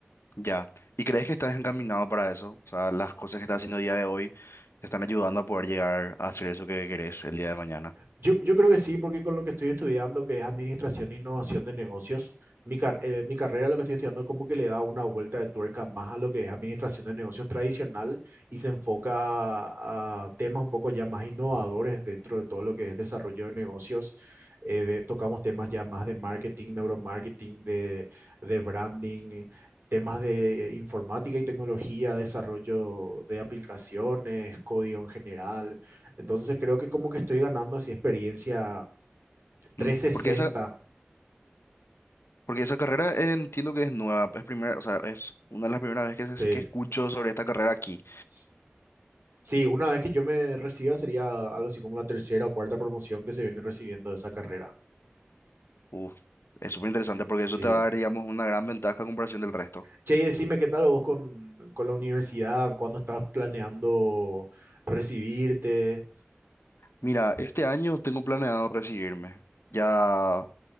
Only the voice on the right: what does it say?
Yo, yo creo que sí, porque con lo que estoy estudiando, que es Administración e Innovación de Negocios, mi, car- eh, mi carrera, lo que estoy estudiando, como que le da una vuelta de tuerca más a lo que es Administración de Negocios tradicional y se enfoca a, a temas un poco ya más innovadores dentro de todo lo que es desarrollo de negocios. Eh, de- tocamos temas ya más de marketing, neuromarketing, de, de branding, temas de informática y tecnología, desarrollo de aplicaciones, código en general entonces creo que como que estoy ganando así experiencia trescientos
sesenta
Sí.
S- Sí, una vez que yo me reciba sería algo así como la tercera o cuarta promoción que se viene recibiendo de esa carrera.
Sí.
Che, y decime qué tal vos con, con la universidad, cuándo estás planeando recibirte.